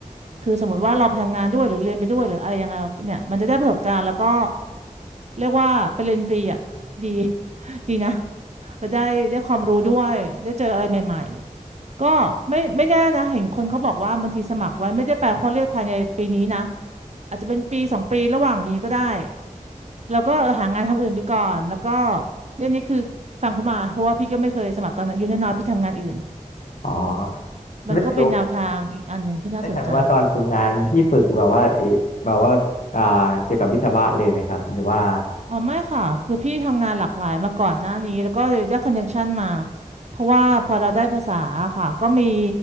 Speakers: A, on the right (about 55°); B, on the left (about 70°).
A: คือสมมติว่าเราไปทำงานด้วยหรือเรียนไปด้วยหรืออะไรยังไงเนี่ยมันจะได้ประสบการณ์แล้วก็ เรียกว่าไปเรียนฟรีอ่ะดี <laughs> ดีนะไปได้ได้ความรู้ด้วยได้เจออะไรใหม่ๆก็ไม่ไม่แน่นะเห็นคนเขาบอกว่าบางทีสมัครไว้ไม่ได้แปลข้อเรียกภายในปีนี้นะอาจจะเป็นปีสองปีระหว่างนี้ก็ได้เราก็หางานทำอื่นไปก่อนแล้วก็เรื่องนี้คือฟังเขามาเพราะว่าพี่ก็ไม่เคยสมัครตอนอายุน้อยๆพี่ทำงานอื่น
B: อ๋อ
A: มันก็เป็นแนวทางอีกอันหนึ่งที่น่าสนใจ
B: แล้วเดี๋ยวแล้วอย่างว่าตอนฝึกงานพี่ฝึกแบบว่าเอแบบว่าอ่าเกี่ยวกับวิศวะเลยไหมครับหรือว่า
A: อ๋อไม่ค่ะคือพี่ทำงานหลากหลายมาก่อนหน้านี้แล้วก็เลยได้คอนเนคชันมาเพราะว่าพอเราได้ภาษาค่ะก็มี